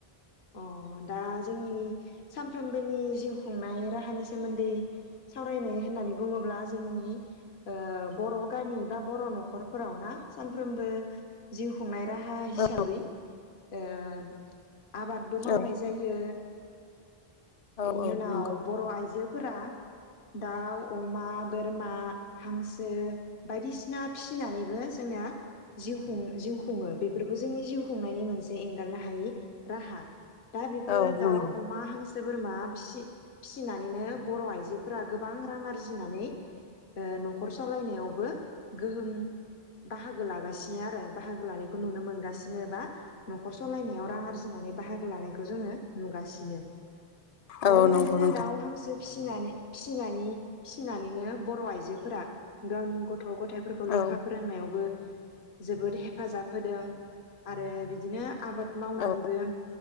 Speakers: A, on the left; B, on the left.
A: अ दा जोंनि सानफ्रोमबोनि जिउ खुंनाय राहानि सोमोन्दै सावरायनाय होननानै बुङोब्ला जोंनि ओ बर' गामि बा बर' न'खरफोराव ना सानफ्रबो जिउ खुंनाय राहा हिसाबै।
B: औ
A: ओम। आबादबो मावनाय
B: औ
A: जायो।
B: औ
A: बेनि
B: औ
A: उनाव
B: नंगौ
A: बर' आइजो <unintelligible> दाउ, अमा, बोरमा, हांसो बायदिसिना फिसिनानैबो जोंना जिउ खुं जिउ खुङो बेफोरबो जोंनि जिउ खुंनायनि मोनसे एंगारनो हायि राहा। दा बेफोर
B: औ नंगौ
A: दाउ, अमा, हांसो <unintelligible> बोरमा फिसि -फिसिनानैनो बर' आइजोफोरा गोबां रां आरजिनानै ओ न'खर सलायनायावबो गोहोम बाहागो लागासिनो आरो बाहागो लानायखौ नुनो मोनगासिनो बा न'खर सलायनायाव रां आरजिनानै बाहागो लानायखौ जोङो नुगासिनो। दा
B: औ
A: बेबायदिनो
B: नंगौ नोंथां
A: दाउ, हांसो फिनानै -फिसिनानै -फिसिनानैनो बर' आइजोफोरा गावनि <unintelligible> गथ'- गथाइफोरखौ लेखा
B: औ
A: फोरोंनायावबो जोबोद हेफाजाब होदों आरो बिदिनो आबाद मावनानैबो।
B: औ